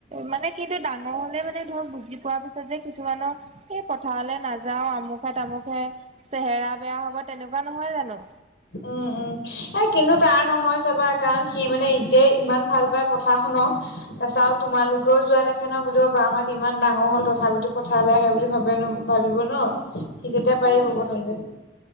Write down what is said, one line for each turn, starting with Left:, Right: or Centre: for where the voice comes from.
Right: মানে সেটো ডাঙৰ হ'লে মানে ধৰক বুজি পোৱাৰ পিছত যে কিছুমানৰ এই পথাৰলৈ নাযাও আমুকহে তামুকহে চেহেৰা বেয়া হ'ব, তেনেকুৱা নহয় জানো।
Left: উম, উম এ কিন্তু তাৰ নহয় চাবা। কাৰণ সি মানে এতিয়াই ইমান ভাল পায় পথাৰ খনক, তাৰ পাছ আৰু তোমালোকেও যোৱা দেখ ক বুলিব বা হ'ত ইমান ডাঙৰ হ'ল তথাপিতো পথাৰলৈ আহে বুলি ভাব ভ নো ভাবিব ন সি তেতিয়া পাৰিব।
Right: উম
Left: প্ৰথতে